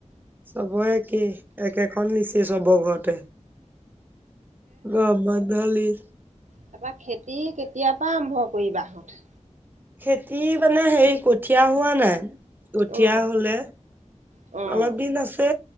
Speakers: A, on the right (about 15°); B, on the right (about 85°).
A: চবৰে একেই একেখন নিচিনা চব ঘৰতে, গৰম বন্ধ লিজ
B: তাপা খেতি কেতিয়া পা আৰম্ভ কৰিবাহঁত
A: খেতি মানে হেৰি কঠিয়া হোৱা নাই কঠিয়া
B: অ',
A: হ'লে
B: অ'।
A: অলপ দিন আছে